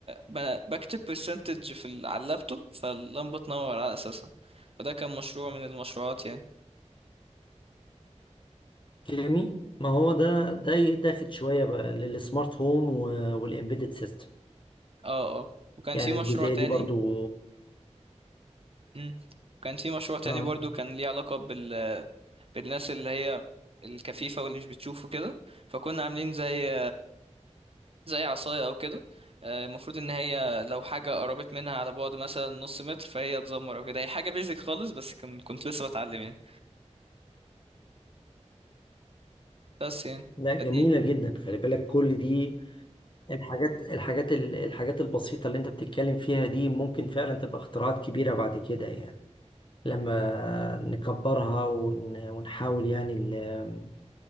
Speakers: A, on the right; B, on the left.
A: ب- بكتب برسنتج في ال- على اللابتوب فاللمبه تنور على اساسها فده كان مشروع من المشروعات يعني
B: جميل ما هو ده ده داخل شوية بقى للسمارت هوم والإمبيدد سيستم
A: اه اه وكان
B: يعني
A: في مشروع
B: الجزئية
A: تاني
B: دي برضو
A: مم. كان في مشروع تاني
B: اه
A: برضو كان ليه علاقه بال... بالناس اللي هي الكفيفه واللي مش بتشوف وكده فكنا عاملين زي زي عصايه او كده آه، المفروض ان هي لو حاجه قربت منها على بعد مثلا نص متر فهي تزمر او كده هي حاجه بيزك خالص بس كان كنت لسه بتعلم يعني بس يعني
B: لا جميلة
A: فدي
B: جدا خلي بالك كل دي الحاجات الحاجات الحاجات البسيطة اللي انت بتتكلم فيها دي ممكن فعلا تبقى اختراعات كبيرة بعد كده يعني لما نكبرها ون- ونحاول يعني ال-